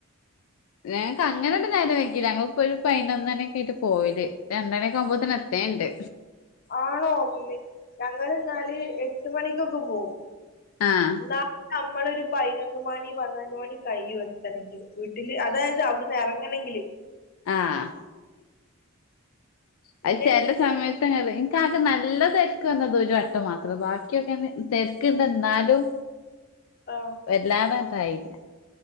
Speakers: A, on the left; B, on the left.
A: ഞങ്ങക്ക് അങ്ങനെ നേരം വെക്ക ഞങ്ങപ്പോ ഒരു പതിനൊന്നണി ഒക്കെ ആയിട്ട പോവൽ രണ്ടണയക്കെ ആകുമ്പോത്തിന്ന എത്ത ഉണ്ട്
B: ആണോ ഞങ്ങിന്നാല് എട്ട് മണിക്കൊക്കെ പോവും
A: ആഹ്
B: എന്ന നമ്മളൊരു ഇപ്പ പതിനൊന്ന് മണി പന്ത്രണ്ട് മണി കൈ വെത്തണമെങ്കില് വീട്ടില് അതായത് അവിടുന്ന് ഇറങ്ങണെങ്കില്
A: ആഹ്
B: പിന്നെ
A: അത് ചില
B: ഇന്റെ
A: സമയത്ത് നിങ്ങൾ ക്ക് നല്ല തിരക്ക് വന്നത് ഒരു വട്ട മാത്രം ബാക്കിയൊക്കെ തിരക്ക് ഇണ്ട എന്നാലും
B: ആ
A: വല്ലാതേയിട്ടില്ല